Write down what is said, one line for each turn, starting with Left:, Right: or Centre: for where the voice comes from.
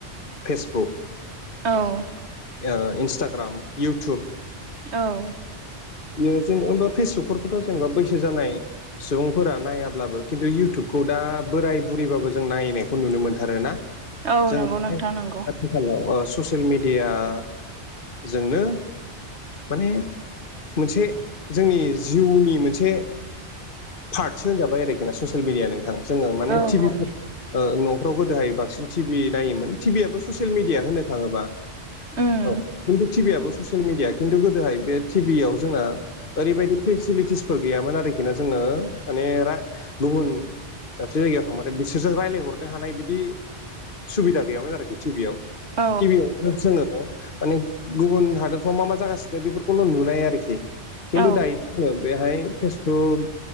Left: फेसबुक
Right: औ
Left: ओ इन्सटाग्राम इउटुब
Right: औ
Left: यो जेने होनबा फेसबुकफोरखौथ' जेनेबा बैसो जानाय सुबुंफोरा नायाब्लाबो खिन्थु इउटुबखौ दा बोराइ बुरैबाबो जों नाय <unintelligible> खौ नुनो मोनथारोना
Right: औ
Left: जों
Right: नंगौ
Left: <unintelligible>
Right: नोंथां नंगौ
Left: आथिखालाव ओ ससियेल मेडियाजोंनो माने मोनसे जोंनि जिउनि मोनसे पार्टसो होनजाबाय आरोखि ना ससियेल मेडियाया नोंथां जोङो माने
Right: औ
Left: टिभिफोर
Right: औ
Left: ओ न'फ्राव गोदोहाय बांसिन टिभि नायोमोन टिभि आाबो ससियेल मेडिया होनो थाङोबा
Right: उम
Left: औ खिन्थु टिभि आबो ससियेल मिडिया खिन्थु गोदोहाय बे टिभियाव जोंना ओरैबायदि फेसिलिटिस फोर गैयामोन आरोखि ना जोङो माने रा गुबुन दाबसे जायगायाव थांबाथाय बिसोरजों रायलाय हरनो हानाय बिदि सुबिदा गैयामोन आरोखि टिभियाव
Right: औ
Left: टिभि आव जोङो माने गुबुन हादोरफ्राव मा मा जागासिनो बेफोरखौल' नुनाय आरोखि खिन्थु
Right: औ
Left: दायो <unintelligible> ङो बेहाय फेसबुक